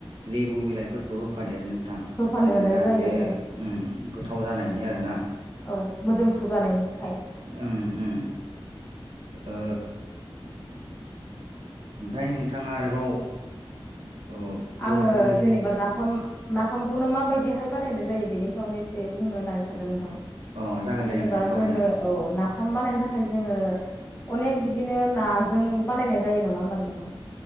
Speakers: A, on the right (about 65°); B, on the left (about 20°).
A: लेबु बिलाइफोरखौ होफादेरो नोंथां
B: होफानो
A: नोंयो
B: जानाय
A: जाहाथे
B: जायो औ
A: उम गोथाव थाव जानायनि आरोना।
B: औ मोदोमफ्रु जानायनि थाखाय।
A: उम उम ओ। ओमफ्राय नोंथाङा आरोबाव औ बर'फोरनि
B: आंङो जेनेबा नाफाम नाफामखौनो माबायद बेहाय बानायनाय जायो बेनि सायावनो एसे बुंनो होननानै सानदों नोंथां।
A: अ जागोन
B: जेनेबा
A: दे नोंथां सावरायनो
B: जोङो
A: हागोन
B: औ नाफाम बानायनो थाखाय जोंङो अनेक बिदिनो नाजों बानायनाय जायो नङा होनबा नोंथां।